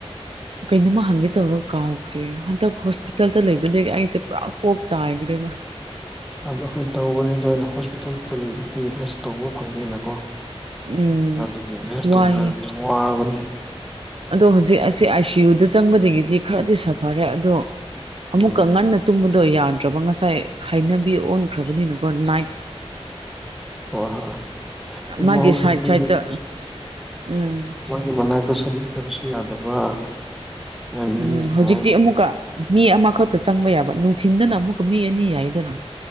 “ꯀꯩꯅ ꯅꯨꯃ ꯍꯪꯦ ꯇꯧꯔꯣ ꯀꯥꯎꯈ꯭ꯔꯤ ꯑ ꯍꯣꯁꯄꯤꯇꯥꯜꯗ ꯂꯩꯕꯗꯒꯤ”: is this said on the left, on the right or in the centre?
Right